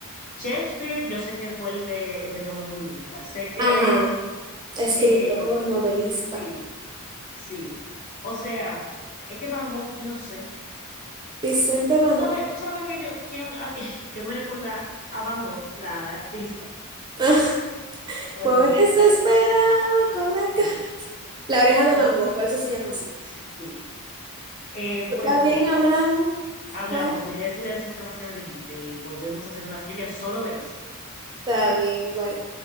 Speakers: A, on the left (about 40°); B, on the right (about 20°).
A: Shakespeare, yo sé que fue el de, el de Romeo y Julieta, sé que,
B: Ajá, escritor,
A: eh,
B: novelista.
A: sí, sí. O sea, es que Van Gogh, yo no sé.
B: Vicente Van
A: ¿Tú sabes,
B: Gogh.
A: tú sabes que yo, quién, a- <laughs> que me recuerda a Van Gogh, la artista?
B: <laughs>
A: Realmente,
B: Por eso esperaba con la...
A: sí.
B: ca- La oreja de
A: Pues,
B: Van Gogh, por eso se llama así.
A: sí. Eh, bueno,
B: Está bien, hablamos.
A: hablamos,
B: Bye.
A: me iré a estudiar esos temas que me dijiste y volvemos a hacer una trivia solo de eso.
B: Está bien, bye.